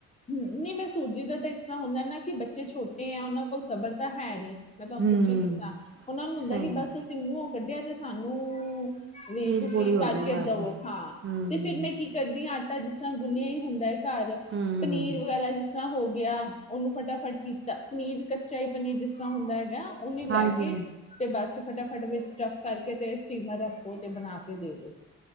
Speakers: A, on the left; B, on the right.
A: ਨਈ ਮੈਂ ਸੂਜੀ ਦਾ ਤੇ ਇਸ ਤਰ੍ਹਾਂ ਹੁੰਦਾ ਨਾ ਕਿ ਬੱਚੇ ਛੋਟੇ ਆ ਉਨਾਂ ਕੋਲ ਸਬਰ ਤਾਂ ਹੈ ਨੀ ਮੈਂ ਤੁਆਨੂੰ
B: ਹੂੰ
A: ਸੱਚੀ ਦੱਸਾਂ ਉਨਾਂ ਨੂੰ ਹੁੰਦਾ,
B: ਸਹੀ
A: ਕਿ ਬਸ
B: ਆ।
A: ਅਸੀਂ ਮੂੰਹੋਂ ਕੱਢਿਆ ਤੇ ਸਾਨੂੰ ਵੀ
B: ਚੀਜ਼
A: ਤੁਸੀਂ
B: ਪੂਰੀ ਹੋ
A: ਕਰਕੇ
B: ਜਾਏ ਬਸ
A: ਦਵੋ
B: ਹੂੰ
A: ਹਾਂ,
B: ਹੂੰ
A: ਤੇ ਫੇਰ ਮੈਂ ਕੀ ਕਰਦੀ ਆਂ। ਤਾਂ ਜਿਸ ਤਰ੍ਹਾਂ ਗੁੰਨਿਆ ਈ ਹੁੰਦੈ ਘਾਰ,
B: ਹੂੰ
A: ਪਨੀਰ ਵਗੈਰਾ ਜਿਸ ਤਰ੍ਹਾਂ ਹੋ ਗਿਆ ਉਨੂੰ ਫਟਾਫਟ ਕੀਤਾ, ਪਨੀਰ ਕੱਚਾ ਈ ਪਨੀਰ ਜਿਸ ਤਰ੍ਹਾਂ ਹੁੰਦਾ ਹੈਗਾ। ਉਨਾ ਈ ਲੈ
B: ਹਾਂਜੀ
A: ਕੇ ਤੇ ਬਸ ਫਟਾਫਟ ਵਿੱਚ ਸਟਫ ਕਰਕੇ ਤੇ ਸਟੀਮਰ ਰੱਖੋ ਤੇ ਬਨਾ ਕੇ ਦੇ ਦੋ।